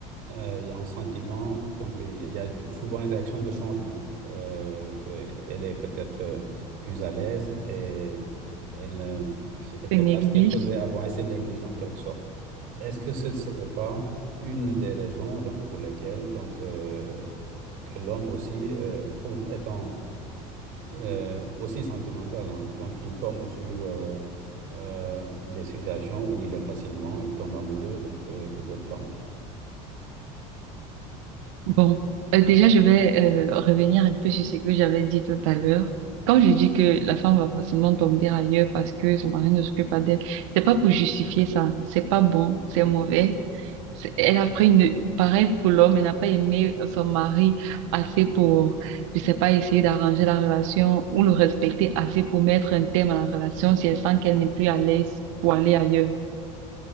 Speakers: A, on the right; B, on the right.
A: euh, il y a un sentiment, donc il y a souvent une réaction de changement, euh, qu'elle est peut-être euh, plus à l'aise et elle euh, f- elle fait
B: C'est négligé.
A: pas ce qu'elle faisait avant et c'est négligent en quelque sorte. Est-ce que ce ne serait pas une des raisons donc, pour lesquelles donc, euh, que l'homme aussi, euh, comme étant euh, aussi sentimental. hein. Donc, il tombe sur euh, euh, des situations où il est facilement, il tombe amoureux donc euh, de d'autres femmes.
B: Bon, Euh, déjà, je vais euh, revenir un peu sur ce que j'avais dit tout à l'heure. Quand je dis que la femme va facilement tomber ailleurs parce que son mari ne s'occupe pas d'elle, c'est pas pour justifier ça. C'est pas bon, c'est mauvais. C'est- Elle a pris une... Pareil pour l'homme, elle n'a pas aimé son mari assez pour, je sais pas, essayer d'arranger la relation ou le respecter assez pour mettre un terme à la relation si elle sent qu'elle n'est plus à l'aise pour aller ailleurs.